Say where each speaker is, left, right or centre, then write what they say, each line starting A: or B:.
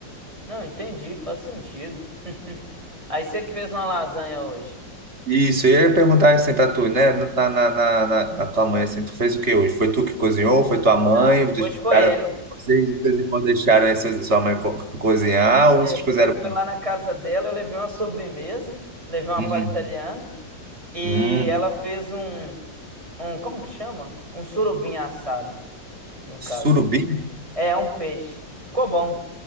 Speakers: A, on the right; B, on the right.
A: Não, entendi, faz sentido. <laughs> Aí você que fez uma lasanha hoje.
B: Isso, e eu ia perguntar assim para tu, né? Na, na, na, na- na tua mãe, assim, tu fez o que hoje? Foi tu que cozinhou? Foi tua mãe?
A: Não,
B: Vocês
A: hoje
B: deixaram,
A: foi ela.
B: vocês, e teus irmãos deixaram aí sua, sua mãe co- <laughs> cozinhar
A: É,
B: ou vocês
A: porque
B: cozeram?
A: foi
B: pra-
A: lá
B: mim?
A: na casa dela, eu levei uma sobremesa, levei uma
B: Uhum.
A: palha italiana e
B: Hum,
A: ela fez um, um, como que chama? Um surubim assado, no
B: surubim?
A: caso. É, um peixe. Ficou bom.